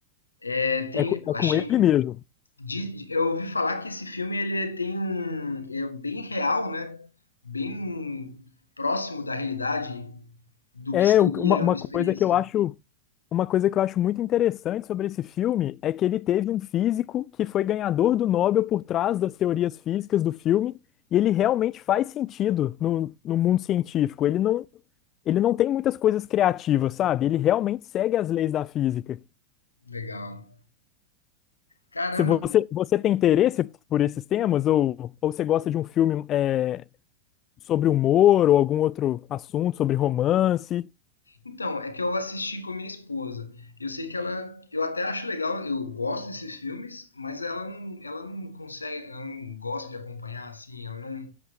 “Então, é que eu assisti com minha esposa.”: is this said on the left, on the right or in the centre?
Left